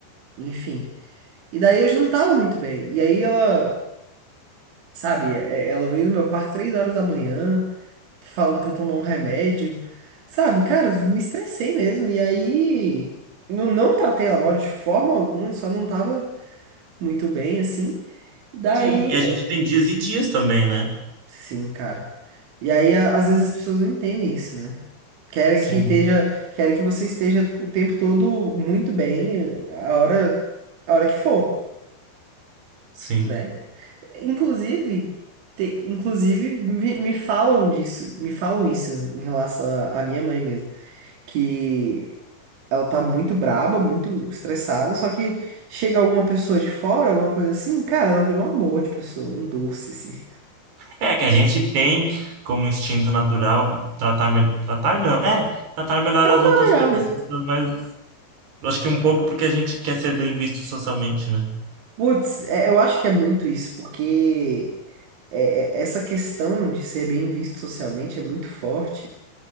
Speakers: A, on the right (about 80°); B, on the right (about 60°).
A: enfim. E daí eu já não tava muito bem. E aí ela, sabe, é- ela veio no meu quarto três horas da manhã falando pra eu tomar um remédio. Sabe, cara, me estressei mesmo. E aí, não, não tratei ela mal de forma alguma, só não tava muito bem, assim. Daí,
B: sim. E a gente tem dias e dias também, né?
A: sim, cara. E aí, a- às vezes as pessoas não entendem isso, né? Querem
B: Sim,
A: que esteja, querem que você esteja o tempo todo muito bem, a hora, a hora que for,
B: sim.
A: né? Inclusive, te- inclusive me, me falam disso, me falam isso em relação à à minha mãe mesmo, que ela tá muito braba, muito estressada, só que chega alguma pessoa de fora, alguma coisa assim, cara, ela vira um amor de pessoa, um doce, assim.
B: É que a gente tem como instinto natural tratar, me- tratar não, é, tratar melhor
A: Tratar
B: as outras
A: melhor
B: pe-
A: mesmo.
B: as pessoas, mas eu acho que um pouco porque a gente quer ser bem visto socialmente, né?
A: Putz, é, eu acho que é muito isso, porque é, é, essa questão de ser bem visto socialmente é muito forte.